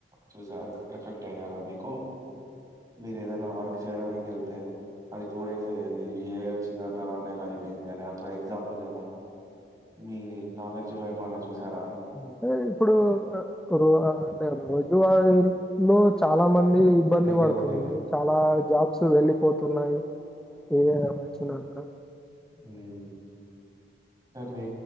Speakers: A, on the right (about 20°); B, in the centre.
A: చూసార ఎఫెక్ట్ అయ్యారా మీకు మీరు ఏదైనా వర్క్ చేయడానికి వెళ్తే అది టూ డేస్ అయ్యేది ఇ ఏఐ వచ్చిన తర్వాత వన్ డేలో అయిపోయింది అని అట్లా ఎగ్జాంపుల్ ఏమైనా మీ నాలెడ్జ్లో ఏమైనా చూసారా? అని?
B: అంటే ఇప్పుడు రో అంటే రోజువారిలో చాలా మంది ఇబ్బంది
A: డైలీ
B: పడుతుంది
A: రొటీన్‌లో.
B: చాలా
A: హ్మ్.
B: జాబ్స్ వెళ్ళి పోతున్నాయి ఏఐ వచ్చినాక
A: హ్మ్ మీ